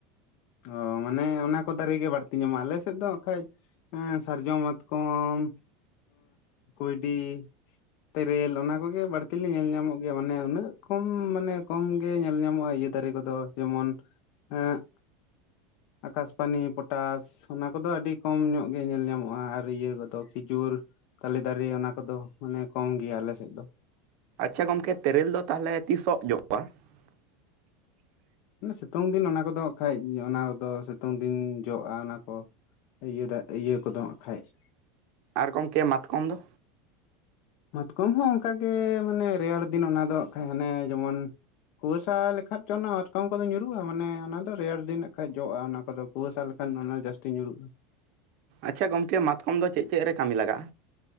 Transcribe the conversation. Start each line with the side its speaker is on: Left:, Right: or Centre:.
Left: ᱚ ᱢᱟᱱᱮ ᱚᱱᱟ ᱠᱚ ᱫᱟᱨᱮ ᱜᱮ ᱵᱟᱹᱲᱛᱤ ᱧᱟᱢᱚᱜᱼᱟ ᱟᱞᱮ ᱥᱮᱫ ᱫᱚ ᱦᱟᱸᱜ ᱠᱷᱟᱡ ᱦᱮᱸ ᱥᱟᱨᱡᱚᱢ, ᱢᱟᱛᱠᱚᱢ, ᱠᱩᱭᱰᱤ ᱛᱮᱨᱮᱞ ᱚᱱᱟ ᱠᱚᱜᱮ ᱵᱟᱹᱲᱛᱤ ᱞᱮ ᱧᱮᱞ ᱧᱟᱢᱚᱜ ᱜᱮᱭᱟ, ᱢᱟᱱᱮ ᱩᱱᱟᱹᱜ ᱠᱚᱢ ᱢᱟᱱᱮ ᱠᱚᱢ ᱜᱮ ᱧᱮᱞ ᱧᱟᱢᱚᱜᱼᱟ ᱤᱭᱟᱹ ᱫᱟᱨᱮ ᱠᱚᱫᱚ ᱡᱮᱢᱚᱱ ᱮᱸᱜ ᱟᱠᱟᱥᱯᱟᱱᱤ, ᱯᱚᱴᱟᱥ ᱚᱱᱟ ᱠᱚᱫᱚ ᱟᱹᱰᱤ ᱠᱚᱢ ᱧᱚᱜ ᱜᱮ ᱧᱮᱞ ᱧᱟᱢᱚᱜᱼᱟ, ᱟᱨ ᱤᱭᱟᱹ ᱠᱚᱫᱚ ᱠᱷᱤᱡᱩᱨ ᱛᱟᱞᱮ ᱫᱟᱨᱮ ᱚᱱᱟ ᱠᱚᱫᱚ ᱢᱟᱱᱮ ᱠᱚᱢ ᱜᱮᱭᱟ ᱟᱞᱮ ᱥᱮᱫ ᱫᱚ ᱾
Right: ᱟᱪᱪᱷᱟ ᱜᱚᱝᱠᱮ ᱛᱮᱨᱮᱞ ᱫᱚ ᱛᱟᱦᱚᱞᱮ ᱛᱤᱥᱚᱜ ᱡᱚᱜ-ᱟ? <unintelligible>
Left: ᱥᱤᱛᱩᱝ ᱫᱤᱱ ᱚᱱᱟ ᱠᱚᱫᱚ ᱦᱟᱸᱜ ᱠᱷᱟᱡ ᱚᱱᱟ ᱠᱚᱫᱚ ᱥᱤᱛᱩᱝ ᱫᱤᱱ ᱡᱚᱜᱼᱟ ᱚᱱᱟ ᱠᱚ ᱾ ᱤᱭᱟᱹ ᱫᱟᱜ ᱤᱭᱟᱹ ᱠᱚᱫ ᱦᱟᱸᱜ ᱠᱷᱟᱡ ᱾
Right: ᱟᱨ ᱜᱚᱢᱠᱮ ᱢᱟᱛᱠᱚᱢ ᱫᱚ?
Left: ᱢᱟᱛᱠᱚᱢ ᱦᱚᱸ ᱚᱱᱠᱟᱜ ᱜᱮ ᱢᱟᱱᱮ ᱨᱮᱭᱟᱲ ᱫᱤᱱ ᱚᱱᱟ ᱫᱚ ᱦᱟᱸᱜ ᱠᱷᱟᱡ ᱦᱟᱱᱮ ᱡᱮᱢᱚᱱ ᱠᱩᱣᱟᱹᱥᱟ ᱞᱮᱠᱷᱟᱡ ᱪᱚ ᱚᱱᱟ ᱢᱟᱛᱠᱚᱢ ᱠᱚᱫᱚ ᱧᱩᱨᱩᱜᱼᱟ ᱢᱟᱱᱮ ᱚᱱᱟ ᱫᱚ ᱨᱮᱭᱟᱲ ᱫᱤᱱ ᱱᱟᱜ ᱠᱷᱟᱡ ᱡᱚᱜᱼᱟ ᱚᱱᱟ ᱠᱚᱫᱚ ᱾ ᱠᱩᱣᱟᱹᱥᱟ ᱞᱮᱠᱷᱟᱱ ᱚᱱᱟ ᱡᱟᱹᱥᱛᱤ ᱧᱩᱨᱩᱜᱼᱟ ᱾
Right: ᱟᱪᱪᱷᱟ ᱜᱚᱢᱠᱮ ᱢᱟᱛᱠᱚᱢ ᱫᱚ ᱪᱮᱫ ᱪᱮᱫ ᱨᱮ ᱠᱟᱢᱤ ᱞᱟᱜᱟᱜᱼᱟ?